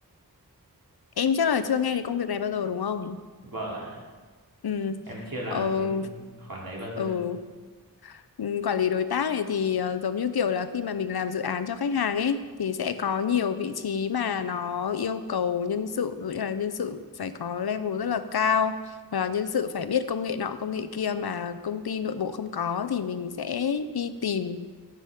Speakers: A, on the left; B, on the right.
A: Em chắc là chưa nghe đến công việc này bao giờ đúng không?
B: Vâng ạ,
A: Ừ.
B: em chưa làm
A: Ờ,
B: bên khoản đấy bao giờ.
A: ừ. Ừ, quản lý đối tác này thì ờ, giống như kiểu là khi mà mình làm dự án cho khách hàng ấy thì sẽ có nhiều vị trí mà nó yêu cầu nhân sự ví dụ như là nhân sự phải có level rất là cao và nhân sự phải biết công nghệ nọ công nghệ kia mà công ty nội bộ không có thì mình sẽ đi tìm